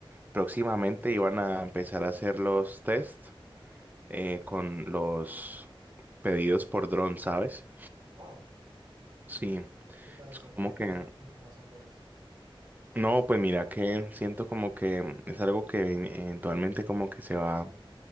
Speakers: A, on the right (about 20°); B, on the right (about 50°).
A: próximamente iban a empezar a hacer los test eh, con los pedidos por dron, ¿sabes?
B: Wow,
A: Sí,
B: ¿qué tal
A: es
B: eso?
A: como
B: ¿Qué,
A: que,
B: qué- qué información tenés?
A: no, pues mira que siento como que es algo que eventualmente como que se va